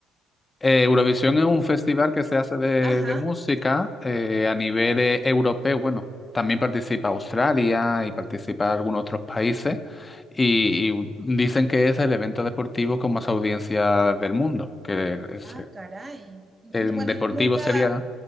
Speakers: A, on the left; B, on the right.
A: Eh, Eurovisión es un festival que se hace de,
B: Ajá.
A: de música eh, a nivel eh, europeo. Bueno, también participa Australia y participa algunos otros países, y, y dicen que es el evento deportivo con más audiencia del mundo, que es-
B: Ah, caray. N-
A: el
B: bueno,
A: deportivo
B: nunca.
A: sería...